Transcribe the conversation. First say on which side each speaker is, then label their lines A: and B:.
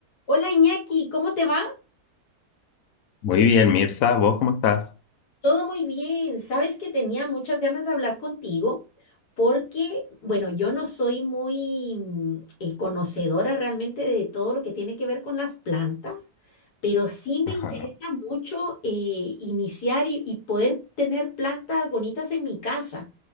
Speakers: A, on the left; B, on the left.
A: Hola Iñaki, ¿cómo te va?
B: Muy bien, Mirza, ¿vos cómo estás?
A: Todo muy bien. Sabes que tenía muchas ganas de hablar contigo porque, bueno, yo no soy muy mm, eh, conocedora realmente de todo lo que tiene que ver con las plantas, pero sí me
B: Ajá,
A: interesa mucho eh, iniciar y, y poder tener plantas bonitas en mi casa.